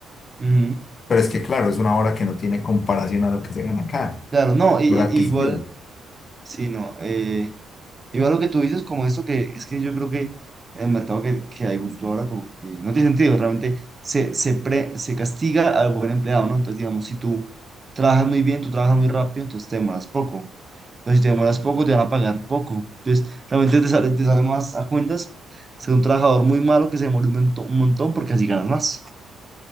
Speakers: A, on the right; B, on the left.
A: ujú.
B: pero es que claro, es una hora que no tiene comparación a lo que se gana acá,
A: Claro, no, i-
B: lo
A: i-
B: adquisitivo.
A: igual, sí, no. Eh, Igual lo que tú dices, como esto que es que yo creo que el mercado que, que hay justo ahora, como que no tiene sentido, realmente se, se, pre- se castiga al buen empleado, ¿no? Entonces, digamos, si tú trabajas muy bien, tú trabajas muy rápido, entonces te demoras poco. Pero si te demoras poco, te van a pagar poco. Entonces, realmente te sale, te sale más a cuentas ser un trabajador muy malo que se demore un, monto- un montón porque así ganas más.